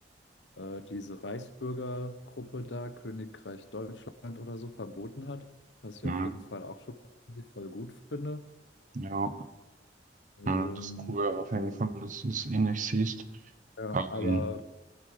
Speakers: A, on the left; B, on the right.
A: äh, diese Reichsbürgergruppe da, Königreich Deutschland oder so, verboten hat, was ich
B: hm.
A: auf jeden Fall auch schon irgendwie voll gut finde.
B: ja,
A: Und
B: hm. das ist cool auf jeden
A: ähm,
B: Fall, dass du es ähnlich siehst.
A: ja,
B: Ähm,
A: aber